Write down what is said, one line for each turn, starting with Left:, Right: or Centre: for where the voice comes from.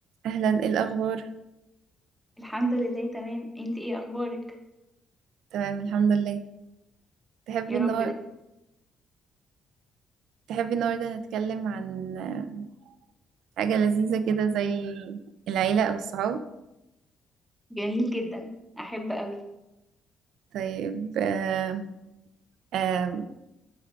Right: أهلا إيه الأخبار؟
Centre: الحمد لله تمام انت ايه اخبارك
Right: تمام الحمد لله تحبي
Centre: يا
Right: النهار
Centre: رب ده
Right: تحبي النهاردة نتكلم عن آه، حاجة لذيذة كده زي العيلة أو الصحاب
Centre: جميل جدا احب قوي
Right: طيب آه، آه،